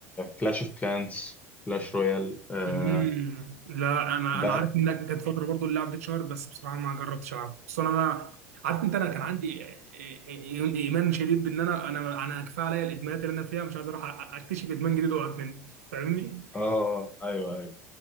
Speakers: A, on the left; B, on the right.
A: كلاش اوف كلانس كلاش رويال آه،
B: امم لا انا
A: ده
B: انا عارف انك جت فتره برضو اللعب دي اتشهرت بس بصراحه ما جربتش العبها خصوصا انا عارف انت انا كان عندي إي- إي- ايمان شديد بان انا انا انا كفايه عليا الادمانات اللي انا فيها مش عايز اروح أ- اكتشف ادمان جديد واقعد منه فاهمني
A: اه آه، ايوه ايوه